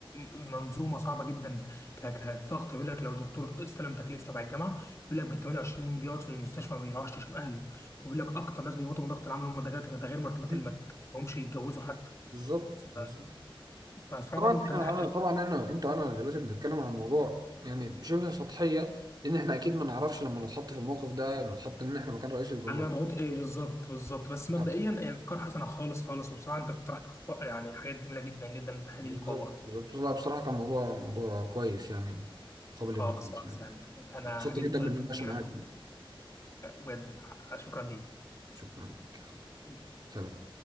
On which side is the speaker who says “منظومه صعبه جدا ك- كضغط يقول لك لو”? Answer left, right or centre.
Left